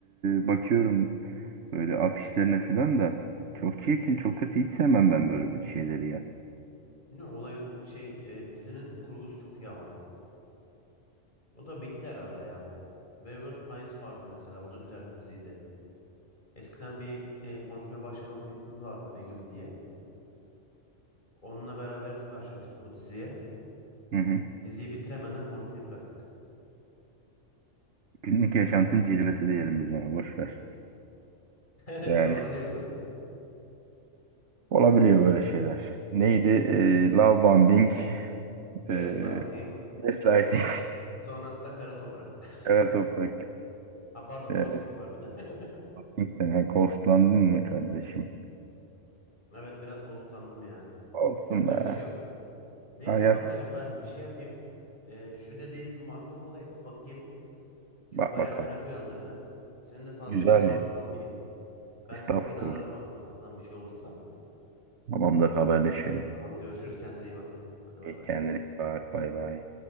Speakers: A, on the right; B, on the left.
A: e, bakıyorum böyle afişlerine falan da. Çok çirkin, çok kötü. Hiç sevmem ben böyle bir şeyleri ya.
B: Bilmiyorum olayın şey e, dizinin kurgusu çok iyi ama. O da bitti herhalde ya. Wayward Pines vardı mesela. O da güzel bir diziydi. Eskiden bir e, konuşmaya başladığımız bir kız vardı Begüm diye. Onunla beraber başlamıştık o diziye.
A: Hı hı.
B: Diziyi bitiremeden konuşmayı bıraktık.
A: Günlük yaşantın cilvesi diyelim biz ona. Boş ver.
B: <laughs> Evet
A: Yani
B: doğru diyorsun.
A: olabiliyor böyle şeyler. Neydi? E, love bombing, e,
B: Gaslighting.
A: gaslighting,
B: Sonrasında kara toprak. <laughs>
A: <laughs> kara toprak,
B: Ha pardon
A: e,
B: ghosting var bir de. <laughs>
A: ghosting'den. Ha, Ghostlandın mı kardeşim?
B: Evet biraz ghostlandım yani.
A: Olsun
B: Yapacak
A: be.
B: bir şey yok. Neyse
A: Hayat
B: kankacığım ben şey yapayım. E, şu dediğin Marco Polo'ya bir bakayım. Çünkü
A: bak
B: bayağı
A: bakalım.
B: merak uyandırdı. Senin de fazla
A: Güzeldi.
B: zamanını almayayım. Ben
A: Estağfurullah.
B: seni gene ararım aklıma takılan bir şey olursa.
A: Tamamdır haberleşelim.
B: Tamam görüşürüz kendine iyi bak. Hadi bay
A: E,
B: bay.
A: Kendine iyi bak bay bay.